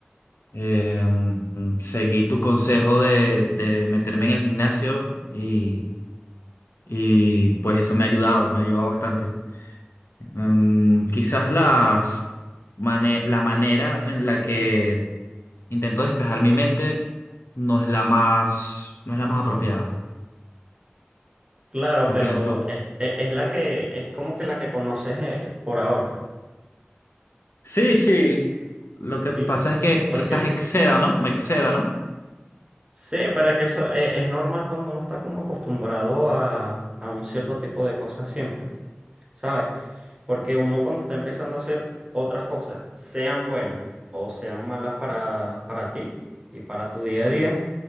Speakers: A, on the left; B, on the right.
A: Eh, mm, seguí tu consejo de, de meterme en el gimnasio y, y, pues eso me ha ayudado, me ha ayudado bastante. Mm, quizás las mane- la manera en la que intento despejar mi mente no es la más, no es la más apropiada.
B: Claro,
A: ¿Qué
B: pero
A: opinas tú?
B: eh, eh, es la que, es como que la que conoces eh, por ahora.
A: Sí, sí. Lo que pasa
B: Sí,
A: es que
B: porque
A: quizás exceda, ¿no? Me exceda, ¿no?
B: Sí, pero es que eso e- es, normal cuando uno está como acostumbrado a, a un cierto tipo de cosas siempre, ¿sabes? Porque uno cuando está empezando a hacer otras cosas, sean buenas o sean malas para, para ti y para tu día a día,